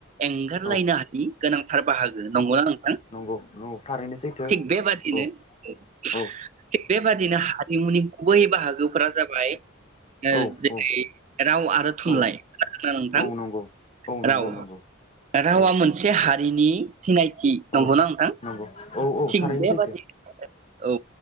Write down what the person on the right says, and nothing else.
एंगारलायनो
हायि गोनांथार बाहागो। नंगौ ना नोंथां?
थिग बेबादिनो
<inaudible>
थिग बेबादिनो हारिमुनि गुबै बाहागोफोरा जाबाय ओ
जेरै
राव आरो थुनलाइ
खोनादों ना नोंथां?
राव
रावा
मोनसे हारिनि सिनायथि।
नंगौ ना नोंथां?
थिग
बेबादिनो
औ